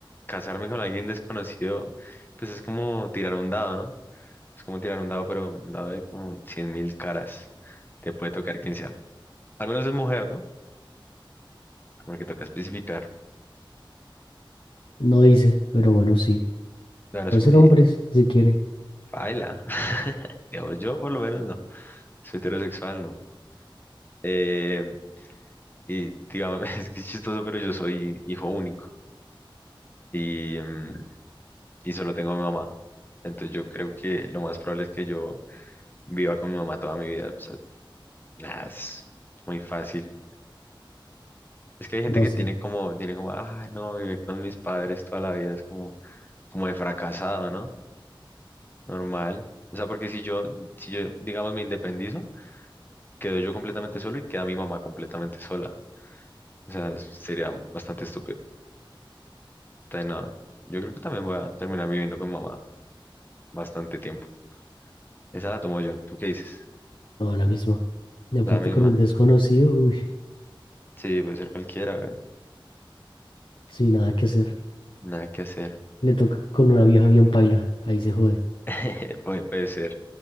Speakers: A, on the left; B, on the left.
A: casarme con alguien desconocido, pues es como tirar un dado, ¿no? Es como tirar un dado, pero un dado de como cien mil caras. Te puede tocar quien sea. Al menos es mujer, ¿no? Porque toca especificar.
B: No dice, pero bueno, sí.
A: Claro,
B: Puede
A: es mu-
B: ser
A: y
B: hombres, si quiere.
A: baila. <laughs> Digamos, yo por lo menos no. Soy heterosexual, no. Eh, y digamos, <laughs> es que es chistoso, pero yo soy hijo único y, mm, y solo tengo a mi mamá. Entonces yo creo que lo más probable es que yo viva con mi mamá toda mi vida. Nah, es muy fácil. Es que hay gente
B: No,
A: que
B: sí.
A: tiene como, tiene como, ay no, vivir con mis padres toda la vida es como, como de fracasado, ¿no? Normal. O sea, porque si yo, si yo, digamos, me independizo, quedo yo completamente solo y queda mi mamá completamente sola. O sea, es- sería bastante estúpido. Entonces, no, yo creo que también voy a terminar viviendo con mi mamá bastante tiempo. Esa la tomo yo. ¿Tú qué dices?
B: No, la misma. Y aparte
A: La misma.
B: con un desconocido, uy,
A: Sí, puede ser cualquiera, güey.
B: sin nada que hacer.
A: Nada que hacer.
B: Le toca con una vieja bien paila. Ahí se jode.
A: <laughs> Puede, puede ser.